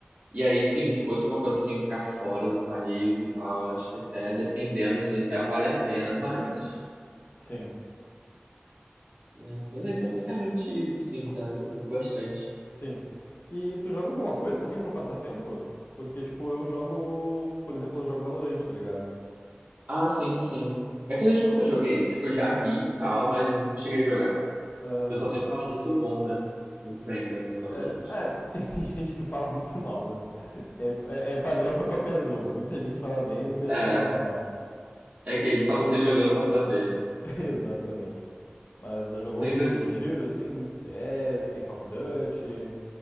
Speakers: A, on the right; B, on the left.
A: E aí, sim, se fosse uma coisa assim pra fora do país e tal, eu acho que até, dependendo, assim, até vale a pena, mas,
B: Sim,
A: né, mas aí foi basicamente isso, sim, cara, mas eu curto bastante.
B: sim. E tu joga alguma coisa assim pra passar tempo? Porque, tipo, eu jogo. Por exemplo, eu jogo Valorant, tá ligado?
A: Ah, sim, sim. É que eu nunca joguei, tipo, eu já vi e tal, mas eu nunca cheguei a jogar. O
B: Aham.
A: pessoal sempre fala muito bom, né? Muito bem do, do Valorant.
B: É, é, <laughs> tem gente que fala muito mal, mas é, é, é padrão pra qualquer jogo. Muita gente fala bem, muita
A: É,
B: gente fala mal.
A: é que ele só você jogando pra saber, né?
B: <laughs> Exatamente. Mas já jogou
A: Mas
B: algum
A: assim,
B: jogo de tiro, assim? CS, Call of Duty?